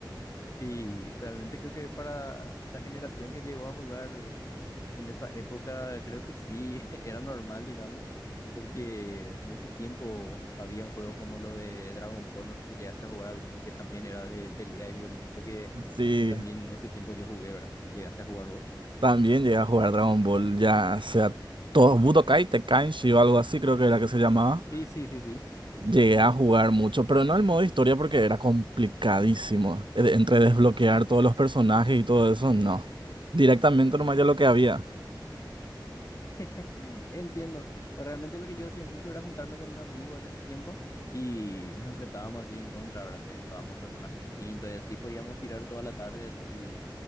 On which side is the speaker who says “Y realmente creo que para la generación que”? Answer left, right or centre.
Left